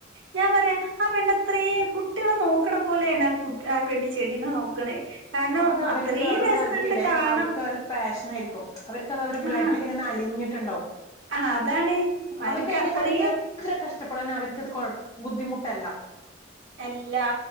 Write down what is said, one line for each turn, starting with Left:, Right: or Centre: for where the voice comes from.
Right: ഞാൻ പറയാം ആ പെണ്ണ് അത്രേ കുട്യ്ളെ നോക്ണ പോലെണ് ആഹ് കു ആ പെണ്ണ് ചെടീനെ നോക്കണേ കാരണം
Left: ആഹ് അത് അവർക്ക്
Right: അത്രയും
Left: <unintelligible>
Right: രസണ്ട് കാണാം
Left: അവർക്ക് അവരെ പാഷനായിരിക്കും. അവർക്ക്ത് അവരെ ബ്ലഡിൽ
Right: ആഹ്
Left: ഇങ്ങനെ അലിഞ്ഞ് ട്ടുണ്ടാവും
Right: ആഹ് അതാണ്
Left: അവർക്ക് അയ്നേം
Right: അത്രയും
Left: കൊണ്ട് <unintelligible> എത്ര കഷ്ടപ്പെടാനും അവർക്കത് കൊഴപ്പ് ബുദ്ധിമുട്ടല്ല
Right: എല്ലാ